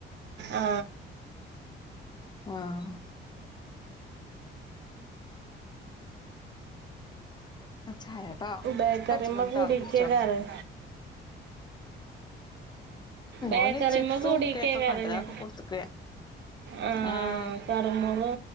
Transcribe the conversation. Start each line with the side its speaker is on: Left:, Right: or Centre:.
Right: ആ
Left: ആഹ് ഉം ചായട്ടാ
Right: ബേക്കറിമ്മ
Left: വെച്ച്ക്ണ്
Right: കൂടിക്കേക്കാരം
Left: ട്ടോ കുട്ച്ചോ
Right: ബേക്കറിമ്മ
Left: ഓന് ചിപ്സും
Right: കൂടിക്കെയ്ക്കാരല്ലേ
Left: കേക്കൊക്കെ ഉണ്ട് അതൊക്കെ കൊടുത്ത്ക്ക്
Right: ആ
Left: ആഹ്
Right: കറ്മുറു